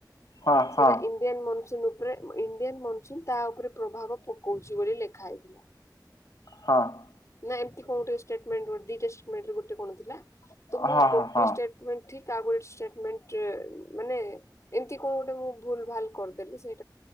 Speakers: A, on the left (about 65°); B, on the left (about 40°).
A: ହଁ
B: ସେଇଟା
A: ହଁ
B: ଇଣ୍ଡିଆନ ମନସୁନ୍ ଉପ ଇଣ୍ଡିଆନ ମନସୁନ୍ ତା ଉପରେ ପ୍ରଭାବ ପକଉଛି ବୋଲି ଲେଖା ହେଇଥିଲା
A: ହଁ <unintelligible>
B: ନା ଏମତି କଉଟା ଷ୍ଟେଟମେଣ୍ଟ <unintelligible> ଦୁଟା ଷ୍ଟଟମେଣ୍ଟରେ ଗୋଟ କଣ ଥିଲା
A: ହଁ
B: ତୁ ମୋ ଗୋଟେ
A: ହଁ ହଁ
B: ଷ୍ଟେଟମେଣ୍ଟ ଠିକ ତା ଗୋଟେ ଷ୍ଟଟମେଣ୍ଟ ମାନେ ଏମିତି କଣ ଗୋଟେ ମୁଁ ଭୁଲ ଭାଲ କରିଦେଲି ସେ